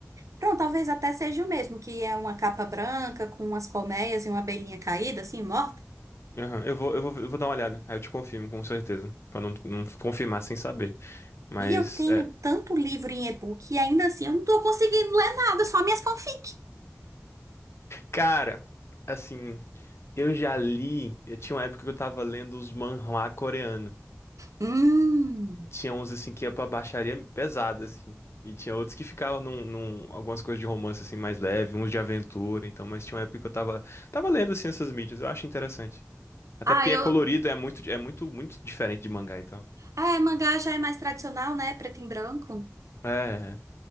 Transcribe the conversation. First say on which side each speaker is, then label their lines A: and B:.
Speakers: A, on the right (about 85°); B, on the left (about 55°).
A: pronto, talvez até seja o mesmo, que é uma capa branca com umas colmeias e uma abelhinha caída, assim, morta.
B: Aham, eu vou, eu vou, eu vou dar uma olhada. Aí eu te confirmo, com certeza. Pra não, não confirmar sem saber. Mas,
A: E eu tenho
B: é.
A: tanto livro em e-book e ainda assim eu não tô conseguindo ler nada, só minhas fanfics.
B: Cara, assim, eu já li. Eu tinha uma época que eu tava lendo os manhwa coreanos.
A: Hum.
B: Tinha uns, assim, que ia pra baixaria pesada, assim. E tinha outros que ficavam num, num- algumas coisas de romance, assim, mais leve, uns de aventura, então. Mas tinha uma época que eu tava, tava lendo, assim, essas mídias. Eu acho interessante. Até
A: Ah,
B: porque
A: eu.
B: é colorido, é muito, é muito, muito diferente de mangá e tal.
A: É, mangá já é mais tradicional, né? Preto e branco.
B: É. é.